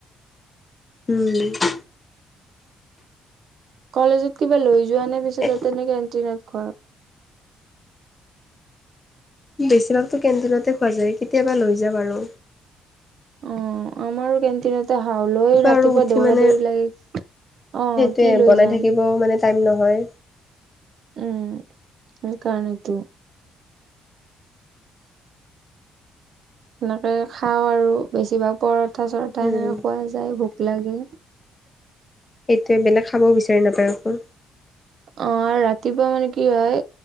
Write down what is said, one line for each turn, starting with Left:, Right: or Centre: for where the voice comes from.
Left: উম।
Right: কলেজত কিবা লৈ যোৱা নে পিছে
Left: এ
Right: তাতে নে কেণ্টিনত খোৱা?
Left: বেছিভাগতো কেণ্টিনতে খোৱা যায়, কেতিয়াবা লৈ যাম আৰু।
Right: অ', আমাৰো কেণ্টিনত হাও লৈ ৰাতিপুৱা
Left: আৰু উঠি
Right: দৌৰা
Left: মানে
Right: দৌৰি লাগে, অ',
Left: সেইটোৱে
Right: কি লৈ
Left: বনাই
Right: যাম?
Left: থাকিব মানে টাইম নহয়।
Right: উম, সেইকাৰণেতো। সেনেকে খাওঁ আৰু বেছিভাগ পৰঠা-চৰঠা
Left: উম
Right: এনেকৈ খোৱা যায় ভোক লাগে।
Left: সেইটোৱে বেলেগ খাবও বিচাৰি নাপায় আক।
Right: অ' আৰু ৰাতিপুৱা মানে কি হয়,